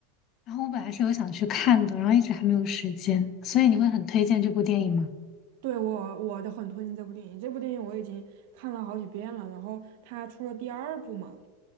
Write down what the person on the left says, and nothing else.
然后我本来是有想去看的，然后一直还没有时间，所以你会很推荐这部电影吗？